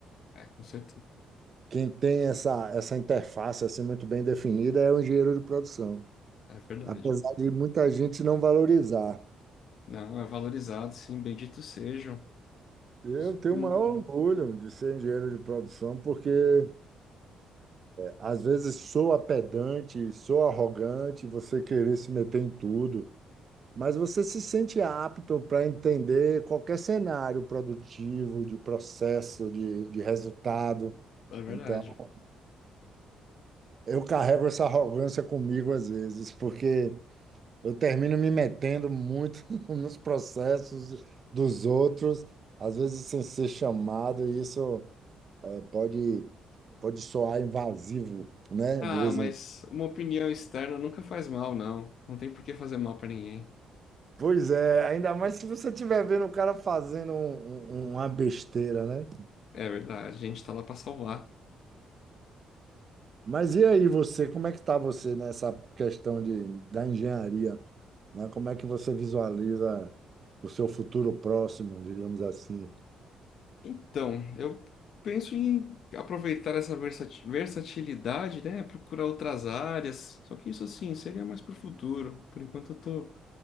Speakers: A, on the left (about 65°); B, on the right (about 45°).
A: É, com certeza.
B: Quem tem essa, essa interface assim, muito bem definida é o engenheiro de produção.
A: É verdade.
B: Apesar de muita gente não valorizar.
A: Não, é valorizado, sim, benditos sejam.
B: Eu
A: os
B: tenho
A: benditos.
B: o maior orgulho de ser engenheiro de produção, porque é, às vezes soa pedante, soa arrogante você querer se meter em tudo, mas você se sente apto para entender qualquer cenário produtivo, de processo, de, de resultado.
A: É verdade.
B: Então, eu carrego essa arrogância comigo às vezes, porque eu termino me metendo muito <laughs> nos processos dos outros, às vezes sem ser chamado, e isso. É, pode, pode soar invasivo, né?
A: Ah,
B: De vez
A: mas
B: em
A: uma opinião externa nunca faz mal, não. Não tem por que fazer mal pra ninguém.
B: Pois é, ainda mais se você estiver vendo o cara fazendo um- um- uma besteira, né?
A: É verdade, a gente tá lá pra salvar.
B: Mas e aí você, como é que tá você nessa questão de, da engenharia, né? Como é que você visualiza o seu futuro próximo, digamos assim?
A: Então, eu penso em aproveitar essa versati- versatilidade, né? Procurar outras áreas. Só que isso, assim, seria mais pro futuro. Por enquanto, eu tô